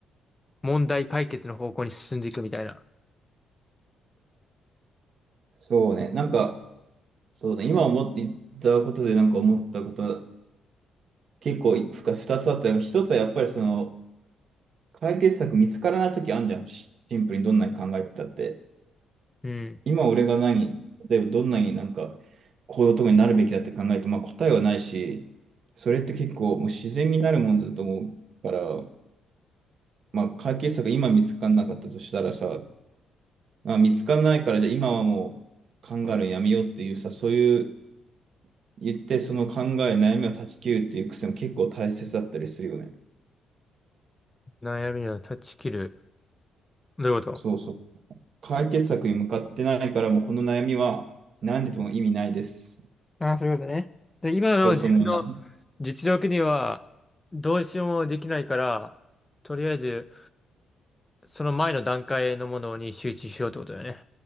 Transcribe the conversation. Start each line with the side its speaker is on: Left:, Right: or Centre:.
Left: 問題解決の方向に進んでいくみたいな。
Right: そうね。なんか、そうだね、今思って言ったことでなんか思ったことは結構ふか2つあったのが、なんかひとつはやっぱりその解決策見つからない時あるじゃん。シシンプルにどんなに考えてたって。
Left: うん。
Right: 今俺が何、例えばどんなになんかこういうとこになるべきだって考えて、まあ答えはないし、それって結構もう自然になるもんだと思うから、まあ解決策今見つからなかったとしたらさ、まあ、見つからないからじゃあ今はもう考えるのやめようっていうさ、そういう言って、その考え、悩みを断ち切るっていう癖も結構大切だったりするよね。
Left: 悩みを断ち切る。どういうこと
Right: そうそう。解決策に向かってないから、もうこの悩みは何でも意味ないです。
Left: ああ、そういうことね。で、今の自分の
Right: そうそう、もう何
Left: 実力にはどうしようもできないから、とりあえずその前の段階のものに集中しようってことだよね。